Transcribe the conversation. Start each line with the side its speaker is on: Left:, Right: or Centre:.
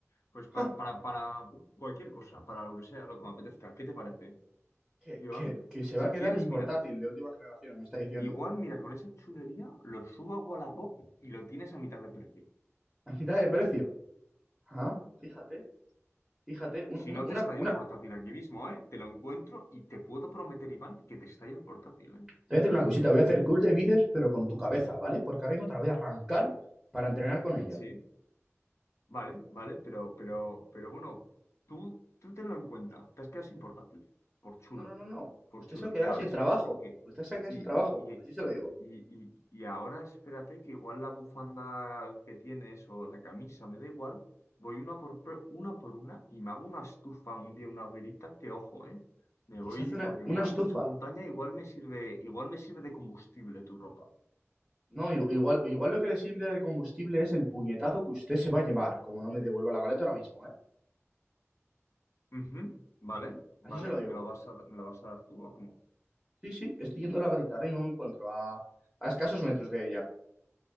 Left: pues para,
Centre: Ja,
Left: para, para cualquier cosa, para lo que sea, lo que me apetezca. ¿Qué te parece,
Centre: Que,
Left: Iván?
Centre: que, que se
Left: Si
Centre: va a
Left: quieres,
Centre: quedar mi
Left: mira,
Centre: portátil de última generación, me está diciendo.
Left: Igual, mira, con esa chulería lo subo a Wallapop y lo tienes a mitad de precio.
Centre: A mitad de precio. Ajá. Fíjate, fíjate, un-
Left: Si
Centre: una,
Left: no
Centre: una,
Left: te estalla
Centre: una,
Left: el portátil aquí mismo, ¿eh? Te lo encuentro y te puedo prometer, Iván, que te estalla el portátil, ¿eh?
Centre: Te voy a hacer una cosita, voy a hacer curl de bíceps, pero con tu cabeza, ¿vale? Porque ahora mismo te la voy a arrancar para entrenar con ella.
Left: Sí, vale, vale, pero, pero, pero bueno, tú, tú tenlo en cuenta. Te has quedado sin portátil. Por chulo,
Centre: No, no, no, no.
Left: por
Centre: Usted
Left: chulo.
Centre: se va a quedar
Left: Y ahora
Centre: sin
Left: espérate
Centre: trabajo.
Left: que...
Centre: Usted se va a quedar
Left: Y,
Centre: sin trabajo.
Left: Y,
Centre: Así se lo digo.
Left: y, y ahora espérate que igual la bufanda que tienes o la camisa, me da igual, voy una por, pro- una por una y me hago una estufa un día, una hoguerita, que ojo, ¿eh? Me
Centre: Que
Left: voy,
Centre: se hace una,
Left: porque
Centre: una
Left: mira,
Centre: estufa.
Left: hago mucha montaña, igual me sirve, igual me sirve de combustible tu ropa.
Centre: No, i- igual, igual lo que le sirve de combustible es el puñetazo que usted se va a llevar, como no me devuelva la maleta ahora mismo, ¿eh?
Left: Ujú, Vale,
Centre: Así
Left: vale,
Centre: se lo
Left: ¿y
Centre: digo.
Left: me la vas a, me la vas a dar tú o cómo?
Centre: Sí, sí, estoy yendo a la garita. Ahora mismo me encuentro a, a escasos metros de ella.